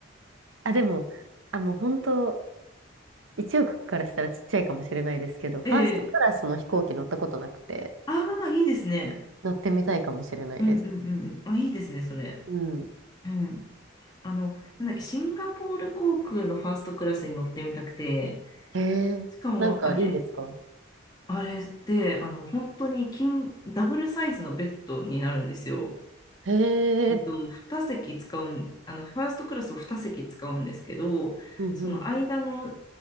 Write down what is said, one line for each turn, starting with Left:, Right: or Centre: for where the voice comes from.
Right: あ、でも、あ、もう本当1億からしたらちっちゃいかもしれないですけど、ファーストクラスの飛行機乗ったことなくて、
Left: ええああ、いいですね。
Right: 乗ってみたいかもしれないです。
Left: うんうんうんうん。あ、いいですね、それ。
Right: うん。
Left: うん。あの、なんだっけ、シンガポール航空のファーストクラスに乗ってみたくて、
Right: へえ、
Left: しかもあれ、
Right: なんかいいんですか
Left: あれで、あの、本当に金、ダブルサイズのベッドになるんですよ。
Right: へ
Left: えっと、
Right: え、
Left: 2席使うん、あの、ファーストクラスを2席使うんですけど、
Right: うんうん。
Left: その間の